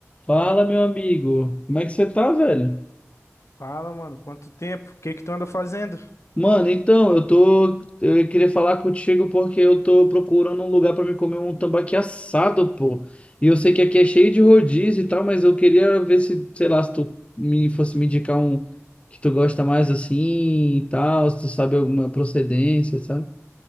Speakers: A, on the left; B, on the left.
A: Fala, meu amigo. Como é que você tá, velho?
B: Fala, mano, quanto tempo? O que que tu anda fazendo?
A: Mano, então, eu tô. Eu queria falar contigo porque eu tô procurando um lugar pra me comer um tambaqui assado, pô. E eu sei que aqui é cheio de rodízio e tal, mas eu queria ver se, sei lá, se tu me fosse me indicar um que tu gosta mais assim e tal, se tu sabe alguma procedência, sabe?